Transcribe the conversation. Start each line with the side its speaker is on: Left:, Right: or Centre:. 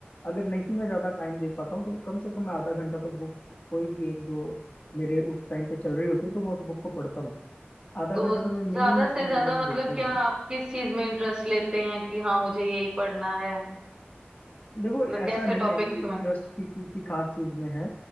Left: अगर नहीं मैं ज़्यादा टाइम दे पाता हूँ तो कम से कम मैं आधा घंटा तो बुक कोई भी एक जो मेरे उस टाइम पे चल रही होती है तो मैं उस बुक को पढ़ता हूँ आधा
Right: तो
Left: घंटा तो मैं
Right: ज्यादा
Left: मिनिमम
Right: से
Left: से मिनिमम
Right: ज्यादा मतलब
Left: देता ही
Right: क्या
Left: हूँ
Right: आप किस चीज में इंटरेस्ट लेते हैं कि हाँ मुझे यही पढ़ना है
Left: देखो
Right: मतलब
Left: ऐसा
Right: कैसे
Left: नहीं
Right: टॉपिक्स
Left: है कि
Right: में
Left: इंटरेस्ट की किसी खास चीज में है